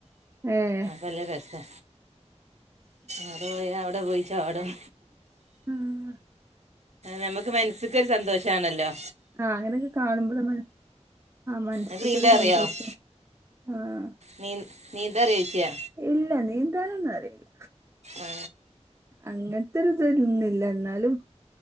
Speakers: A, on the right; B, on the right.
A: ഏഹ്
B: നല്ല രസാ ആടെ പോയി അവടെ പോയി ചാടും
A: ആഹ്
B: ഞമക്ക് മനസ്സ്ക്കൊരു സന്തോഷാണല്ലോ
A: ആഹ് അങ്ങനൊക്കെ കാണുമ്പൊളൊനു ആഹ് മനസ്സ്ക്കൊരു
B: അത് നീന്താ
A: സന്തോഷം
B: അറിയാമോ
A: ആഹ്
B: നീ നീന്താറിയോ ഇച്ച്
A: ഇല്ല നീന്താനൊന്നും അറിയില്ല
B: ആ
A: അങ്ങനത്തൊരു തരുന്നില്ല എന്നാലും